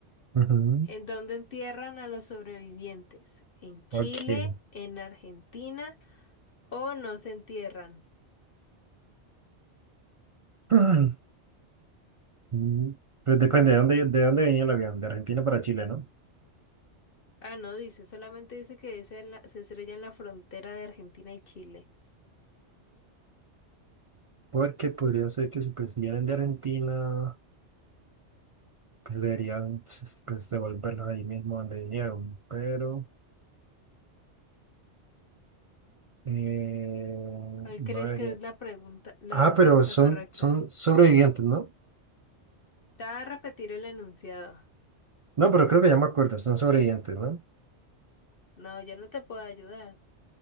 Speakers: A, on the right (about 40°); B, on the left (about 50°).
A: Ujú,
B: ¿En dónde entierran a los sobrevivientes? ¿En Chile,
A: Ok.
B: en Argentina o no se entierran?
A: <clears throat> Mm, Pues depende de dónde, de dónde venía el avión. De Argentina para Chile, ¿no?
B: Ah, no dice, solamente dice que es en la- se estrella en la frontera de Argentina y Chile.
A: Porque podría ser que si pues si vienen de Argentina. pues deberían pues, devolverlos ahí mismo donde vinieron, pero eh,
B: ¿Cuál
A: no
B: crees
A: debería.
B: que es la pregunta, la
A: Ah,
B: respuesta
A: pero son,
B: correcta?
A: son sobrevivientes, ¿no?
B: Te va a repetir el enunciado.
A: No, pero creo que ya me acuerdo, son sobrevivientes, ¿no?
B: No, ya no te puedo ayudar.